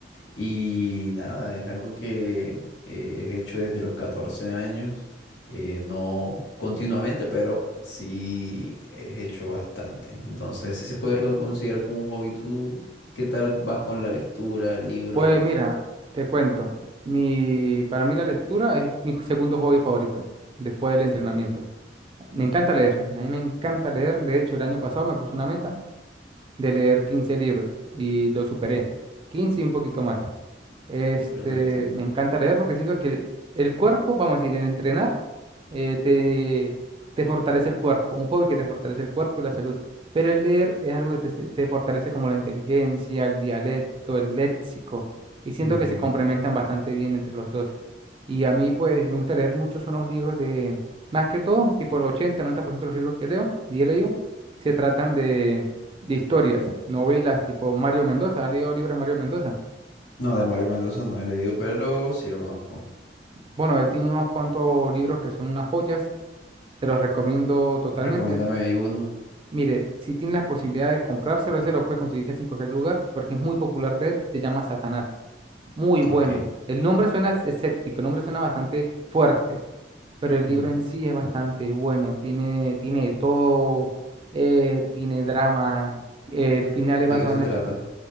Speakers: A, on the left (about 75°); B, on the right (about 30°).
A: Y nada, es algo que eh, he hecho desde los 14 años, eh, no continuamente, pero sí he hecho bastante. Entonces, sí se puede con- considerar como un hobby. ¿Tú qué tal vas con la lectura, libros?
B: Pues mira, te cuento. Mi, para mí la lectura es mi segundo hobby favorito después del entrenamiento.
A: Ok,
B: Me encanta leer, a mí me encanta leer. De hecho, el año pasado me puse una meta de leer 15 libros y lo superé.
A: ok,
B: quince y un poquito más. Este,
A: perfecto.
B: me encanta leer porque siento que el cuerpo, vamos a decir, en entrenar, eh, te, te fortalece el cuerpo, un hobby que te fortalece el cuerpo y la salud. Pero el leer es algo que te, se- te fortalece como la inteligencia, el dialecto, el léxico. Y siento
A: Ujú.
B: que se complementan bastante bien entre los dos. Y a mí, pues, me gusta leer mucho, son los libros de, más que todo, tipo el 80, 90% de los libros que leo y he leído, se tratan de, de historias, novelas tipo Mario Mendoza. has leído libros de Mario Mendoza?
A: No, de Mario Mendoza no he leído, pero sí lo conozco.
B: Bueno, él tiene unos cuantos libros que son unas joyas, te los recomiendo totalmente.
A: Recomiéndame ahí uno.
B: Mire, si tiene la posibilidad de comprárselo, ese lo puede conseguir casi en cualquier lugar, porque es muy popular de él, se llama Satanás. Muy bueno.
A: Ok.
B: El nombre suena escéptico, el nombre suena bastante fuerte, pero el
A: ujú.
B: libro en sí es bastante bueno, tiene, tiene de todo, eh, tiene drama, eh, el final
A: ¿De
B: es basado
A: qué se
B: en
A: trata?
B: hechos